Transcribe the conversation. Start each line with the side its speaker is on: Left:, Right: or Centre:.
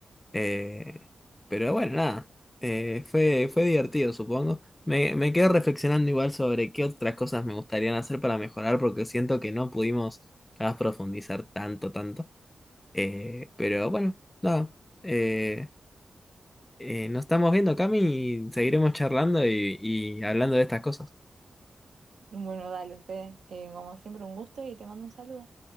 Left: Eh, pero bueno, nada, eh, fue, fue divertido, supongo. Me, me quedo reflexionando igual sobre qué otras cosas me gustaría hacer para mejorar, porque siento que no pudimos capaz, profundizar tanto, tanto. Eh, pero bueno, nada, eh, eh, nos estamos viendo, Cami, y seguiremos charlando y y hablando de estas cosas.
Right: Bueno, dale, Fede, eh, como siempre un gusto y te mando un saludo.